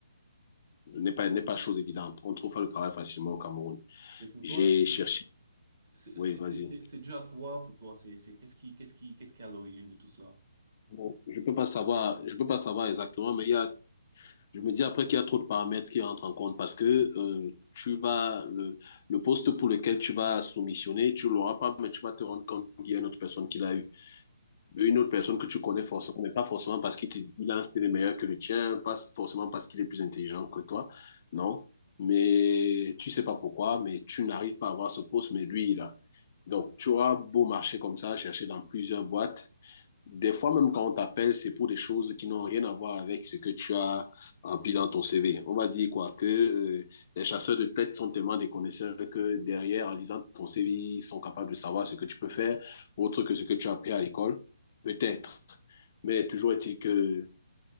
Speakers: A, on the left; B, on the right.
A: n'est pas, n'est pas chose évidente. On ne trouve pas le travail facilement au Cameroun.
B: Et pour
A: J'ai
B: toi,
A: cherché.
B: c'est,
A: Oui,
B: c'est,
A: vas-y.
B: c'est, c'est c'est dû à quoi pour toi? C'est, c'est, qu'est-ce qui, qu'est-ce qui, qu'est-ce qui est à l'origine de tout cela?
A: Bon, je peux pas savoir, je peux pas savoir exactement, mais il y a Je me dis après qu'il y a trop de paramètres qui entrent en compte parce que euh, tu vas le, le, poste pour lequel tu vas soumissionner, tu l'auras pas, mais tu vas te rendre compte qu'il y a une autre personne qui l'a eu. Une autre personne que tu connais forcément, mais pas forcément parce qu'il te dit qu'il a un style meilleur que le tien, pas forcément parce qu'il est plus intelligent que toi. Non. Mais tu sais pas pourquoi, mais tu n'arrives pas à avoir ce poste, mais lui, il a. Donc, tu auras beau marcher comme ça, chercher dans plusieurs boîtes, des fois, même quand on t'appelle, c'est pour des choses qui n'ont rien à voir avec ce que tu as rempli dans ton CV. On va dire quoi que euh, les chasseurs de tête sont tellement des connaisseurs que derrière, en lisant ton CV, ils sont capables de savoir ce que tu peux faire, autre que ce que tu as appris à l'école. Peut-être. Mais toujours est-il que